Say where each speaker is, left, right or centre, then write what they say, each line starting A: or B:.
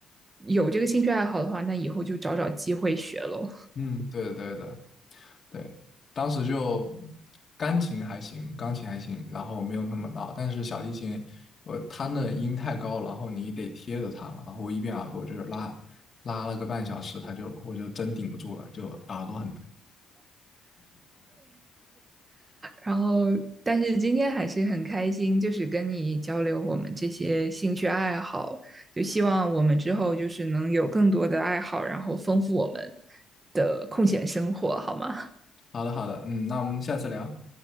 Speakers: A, on the right; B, on the left.
A: 有这个兴趣爱好的话，那以后就找找机会学喽。
B: 嗯，对对对，对，当时就钢琴还行，钢琴还行，然后没有那么闹，但是小提琴，我它那音太高，然后你得贴着它嘛，然后我一边耳朵就是拉拉了个半小时，它就我就真顶不住了，就耳朵很
A: 然后，但是今天还是很开心，就是跟你交流我们这些兴趣爱好，就希望我们之后就是能有更多的爱好，然后丰富我们的空闲生活，好吗？
B: 好的好的，嗯，那我们下次聊，